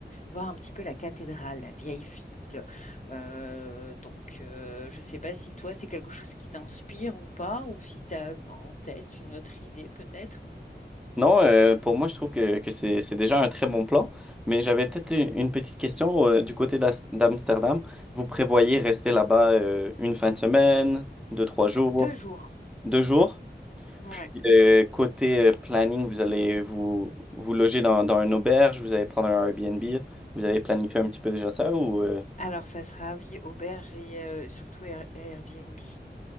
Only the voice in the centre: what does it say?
Non, euh, pour moi, je trouve que, que c'est, c'est déjà un très bon plan. Mais j'avais peut-être une, une petite question euh, du côté d'As- d'Amsterdam. Vous prévoyez rester là-bas euh, une fin de semaine, deux, trois jours,
deux jours.
Puis euh, côté euh, planning, vous allez vous, vous loger dans, dans une auberge, vous allez prendre un Airbnb. Vous avez planifié un petit peu déjà ça ou... euh,